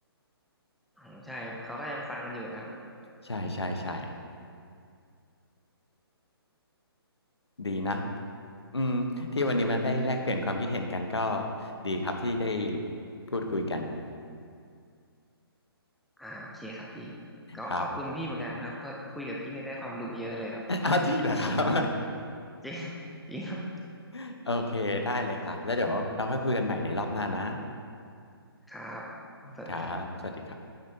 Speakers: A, in the centre; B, on the left (about 85°).
A: อ๋อใช่ครับเขาก็ยังฟังกันอยู่นะครับ
B: ใช่ใช่ใช่ดีนะอืมที่วันนี้มาได้แลกเปลี่ยนความคิดเห็นกันก็
A: ใช่
B: ดีครับที่ได้พูดคุยกัน
A: อ่าโอเคครับพี่ก็ขอบคุณพี่เหมือนกันนะครับก็คุยกับพี่นี่ได้ความรู้เยอะเลยครับ
B: ครับ เอาจริงเหรอครับ
A: จริง <laughs> จริงครับ
B: <laughs> โอเคได้เลยครับแล้วเดี๋ยวเราค่อยคุยกันใหม่ในรอบหน้านะ
A: ครับสวัสดีครับ
B: ครับสวัสดีครับ